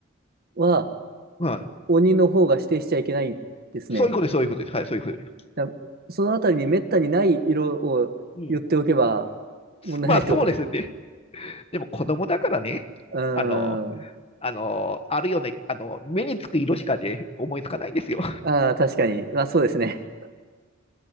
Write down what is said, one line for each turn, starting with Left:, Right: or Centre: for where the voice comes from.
Right: は、
Left: はい。
Right: 鬼の方が指定しちゃいけないですね。
Left: そういうことです。そういうことです。はい、そういうことです。
Right: だそのあたりにめったにない色を言っておけば
Left: うん。
Right: 問題ないってこと。
Left: まあ、そうですよね。でも子供だからね、
Right: うー
Left: あの、
Right: ん。
Left: あの、あるよね、あの、目につく色しかで思いつかないんですよ。
Right: ああ、確かに。まあ、そうですね。